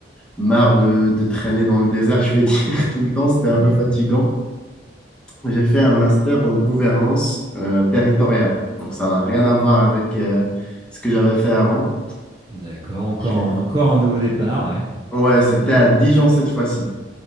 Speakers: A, in the centre; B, on the right.
A: marre de, de traîner dans le désert, je vais <laughs> dire, tout le temps. C'était
B: ouais.
A: un peu fatigant. J'ai fait un master en gouvernance euh, territoriale. Donc, ça n'a rien à voir avec euh, ce que j'avais fait avant.
B: D'accord, encore,
A: Je l'ai-
B: un- encore un nouveau départ, ouais.
A: Ouais, c'était à Dijon cette fois-ci,